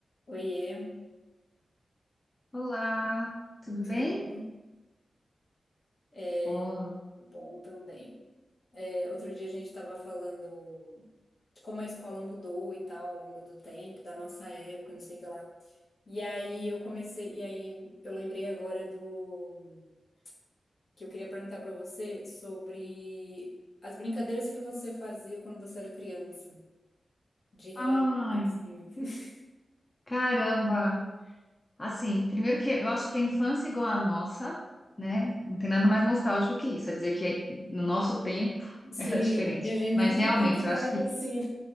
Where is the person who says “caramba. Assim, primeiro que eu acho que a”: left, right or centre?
Left